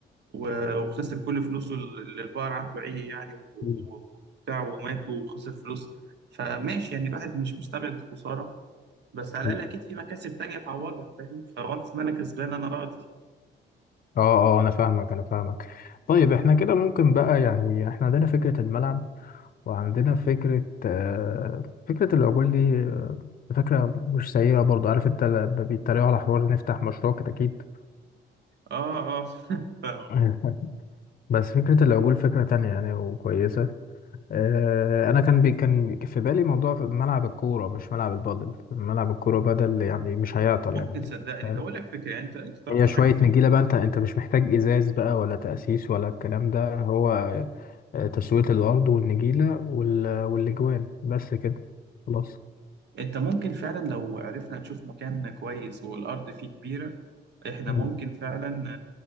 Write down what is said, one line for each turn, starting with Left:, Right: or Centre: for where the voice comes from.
Right: و... وخسر كل فلوسه اللي البقر عنده عيه يعني و-
Left: مم.
Right: وبتاع ومات وخسر فلوس فماشي يعني الواحد مش مستبعد الخسارة بس على
Left: مم.
Right: الأقل أكيد في مكاسب تانية تعوضها فاهم فوانس إن أنا كسبان أنا راضي
Left: اه اه أنا فاهمك أنا فاهمك طيب احنا كده ممكن بقى يعني احنا عندنا فكرة الملعب وعندنا فكرة آه فكرة العجول دي آه، فكرة مش سيئة برضو عارف انت لما بيتريقوا على حوار نفتح مشروع كتاكيت
Right: اه اه <laughs>
Left: <laughs> بس فكرة العجول فكرة تانية يعني وكويسة آه، انا كان بي كان في بالي موضوع في ملعب الكوره مش ملعب البادل ملعب الكوره بدل يعني مش هيعطل
Right: فممكن
Left: يعني
Right: صدقني
Left: فاهم
Right: ده أقول لك فكرة يعني أنت أنت طرحت
Left: هي شويه
Right: حاجة
Left: نجيله بقى انت انت مش محتاج ازاز بقى ولا تاسيس ولا الكلام ده هو آه، تسويه الارض والنجيله وال والاجوان بس كده خلاص
Right: انت ممكن فعلا لو عرفنا نشوف مكان كويس والارض فيه كبيره احنا
Left: <laughs>
Right: ممكن
Left: مم.
Right: فعلا